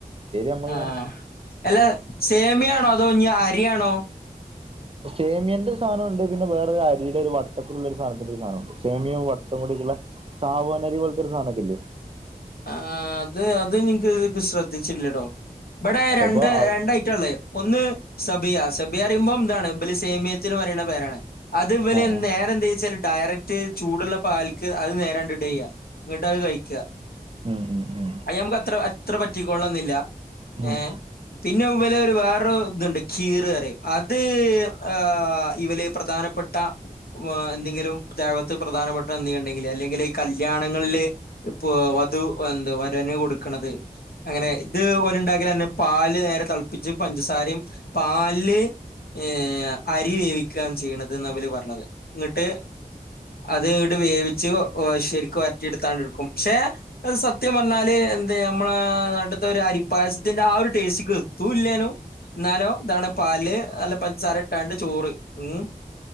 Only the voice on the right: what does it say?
നമ്മളിങ്ങനെ
സേമിയന്റെ സധനമുണ്ട് പിന്നെ വേറൊരു അരിയുടെ ഒരു വട്ടത്തിലുള്ള ഒരു സാധനത്തിന്റെ ഒരു സാധനമുണ്ട് സേമിയം വട്ടം കൂടിട്ടുള്ള സാബൂന്നരി പോലത്തെ ഒരു സാധനക്കല്ലേ
ചിലപ്പോ
ആഹ്
ആഹ്
ഉം ഉം ഉം
ഉം